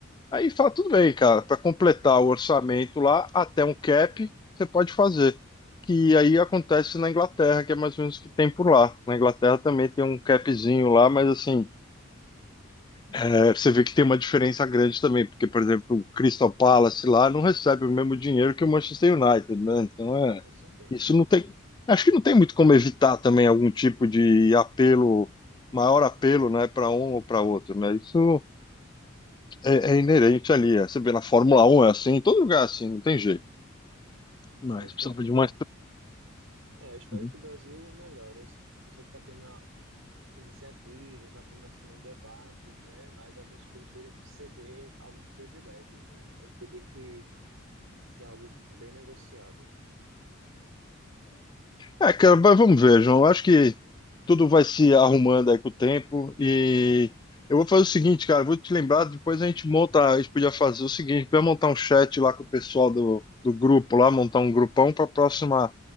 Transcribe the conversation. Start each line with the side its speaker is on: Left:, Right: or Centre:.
Left: aí fala, tudo bem, cara, para completar o orçamento lá, até um cap, você pode fazer. Que aí acontece na Inglaterra, que é mais ou menos o que tem por lá. Na Inglaterra também tem um capzinho lá, mas assim, é, você vê que tem uma diferença grande também, porque, por exemplo, o Crystal Palace lá não recebe o mesmo dinheiro que o Manchester United, né? Então é,
Right: com certeza.
Left: isso não tem. Acho que não tem muito como evitar também algum tipo de apelo, maior apelo, né, para um ou para outro, né? Isso é, é inerente ali. é. Você vê na Fórmula Um é assim, em todo lugar é assim, não tem jeito. Mas
Right: É, eu espero
Left: precisava
Right: que o,
Left: de
Right: Bra-
Left: uma.
Right: é, eu espero
Left: estrutura.
Right: que o Brasil melhore. Eu, se- eu sei que está tendo iniciativas, está começando os debates, né? Mas alguns clubes teriam que ceder alguns privilégios, né? A gente teria que ser algo bem negociado.
Left: É, cara, mas vamos ver, João. Eu acho que tudo vai se arrumando aí com o tempo. E eu vou fazer o seguinte, cara, eu vou te lembrar, depois a gente monta, a gente podia fazer o seguinte, vai montar um chat lá com o pessoal do, do grupo lá, montar um grupão para a próxima,